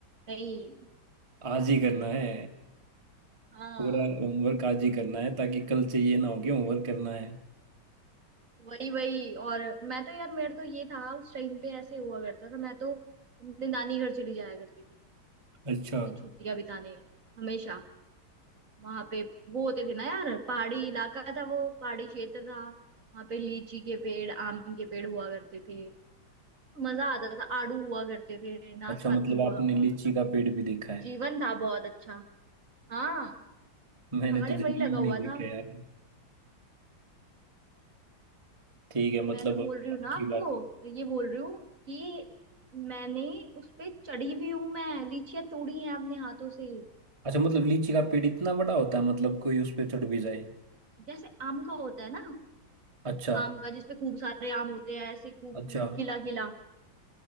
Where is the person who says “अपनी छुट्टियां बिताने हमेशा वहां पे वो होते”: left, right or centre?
Right